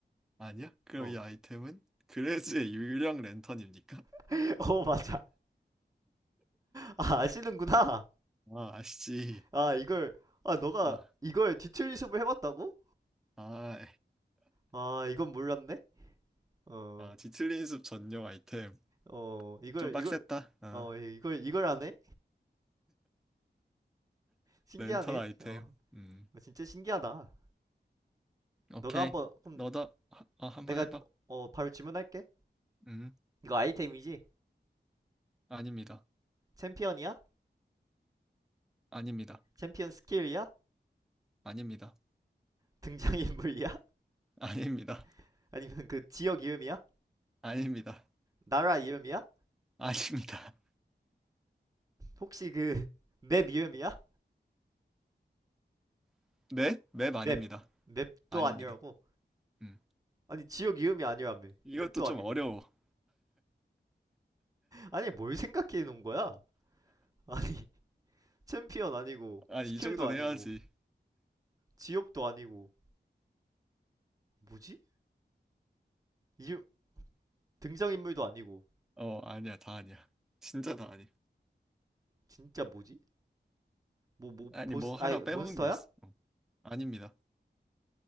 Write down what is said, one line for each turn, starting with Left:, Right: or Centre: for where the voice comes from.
Centre: 아니야? 그럼
Right: 어,
Centre: 이 아이템은 그레즈의 유령 랜턴입니까?
Right: <laughs> 어, 맞아. 아, 아시는구나.
Centre: 아, 아시지.
Right: 아, 이걸, 아, 너가
Centre: 어.
Right: 이걸 뒤틀리습을 해봤다고?
Centre: 아,
Right: 아, 이건 몰랐네. 어,
Centre: 아, 뒤틀린 숲 전용 아이템.
Right: 어, 이걸,
Centre: 좀 빡셌다.
Right: 이걸,
Centre: 아,
Right: 어, 이걸, 이걸 안 해? 신기하네.
Centre: 렌털 아이템.
Right: 어,
Centre: 음.
Right: 어, 진짜 신기하다.
Centre: 오케이.
Right: 너가 한번 그럼
Centre: 너도 하- 어, 한번
Right: 내가
Centre: 해봐.
Right: 어 바로 질문할게.
Centre: 음.
Right: 이거 아이템이지?
Centre: 아닙니다.
Right: 챔피언이야?
Centre: 아닙니다.
Right: 챔피언 스킬이야?
Centre: 아닙니다.
Right: 등장인물이야?
Centre: <laughs> 아닙니다.
Right: <laughs> 아니면 그 지역 이름이야?
Centre: 아닙니다.
Right: 나라 이름이야?
Centre: 아닙니다.
Right: 혹시 그 맵 이름이야?
Centre: <laughs> 네? 맵
Right: 맵
Centre: 아닙니다.
Right: 맵도
Centre: 아닙니다.
Right: 아니라고?
Centre: 음.
Right: 아니 지역 이름이 아니라며
Centre: 이것도
Right: 맵도
Centre: 좀
Right: 아니고
Centre: 어려워.
Right: 아니 뭘 생각해 놓은 거야? 아니 <laughs> 챔피언 아니고
Centre: 아니,
Right: 스킬도
Centre: 이 정도는
Right: 아니고
Centre: 해야지.
Right: 지역도 아니고 뭐지? 이름 등장인물도 아니고
Centre: 어, 아니야. 다 아니야. 진짜 다 아니야.
Right: 진짜 뭐지? 뭐 뭐
Centre: 아니,
Right: 보스
Centre: 뭐 하나
Right: 아니 몬스터야?
Centre: 빼먹은 게 있어. 어. 아닙니다.